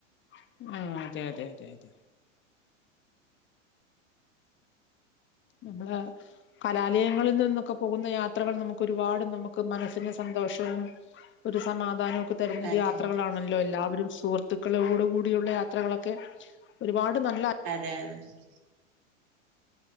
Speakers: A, on the left; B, on the right.
A: ആ അതെ അതെ അതെ അതെ നമ്മള് കലാലയങ്ങളിൽ നിന്ന- പോുന്ന യാത്രകൾ നമുക്ക് ഒരുപാട് നമുക്ക് മനസ്സിന് സന്തോഷവും ഒരു സമാധാനവും തെരഞ്ഞൊരു
B: അതെ
A: യാത്രകളാണല്ലോ
B: അതെ
A: എല്ലാവരും- സുഹൃത്തുക്കളോട് കൂടിയുള്ള യാത്രകളൊക്കെ ഒരുപാട്- നല്ല
B: അതെതെ ഉ <unintelligible>